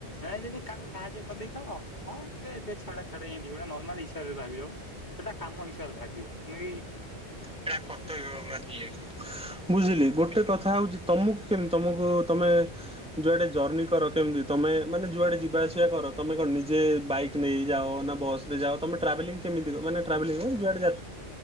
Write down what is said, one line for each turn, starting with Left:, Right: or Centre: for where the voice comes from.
Left: ନାଇ ଯଦି କାହାକୁ ସାହାଯ୍ୟ କରିଦେଇଥିବ ହଁ। ଏ ଛାଡ ଛାଡା ଇନ୍ତି ନର୍ମାଲ ହିସାବରେ ଭାବିବ ଯୁଟା କାମ ହିସାବରେ ଭାବିବ ନୁହେ ଏଇ
Centre: ଏଇଟା <unintelligible>
Left: ଇଏ
Centre: ବୁଝିଲି ଗୋଟେ କଥା ହେଉଛି ତମକୁ କେମିତି ତମକୁ ତମେ ଯୁଆଡେ ଜର୍ଣିି କର କେମିତି ତମେ ମାନେ ଯୁଆଡେ ଯିବା ଆସିବା କର ତମେ କଣ ନିଜେ ବାଇକ ନେଇ ଯାଅ ନା ବସ୍ ଯାଅ ତମେ ଟ୍ରାଭେଲିଂ କେମିତି ମାନେ ଟ୍ରାଭେଲିଂ କଣ ଯୁଆଡେ ଯା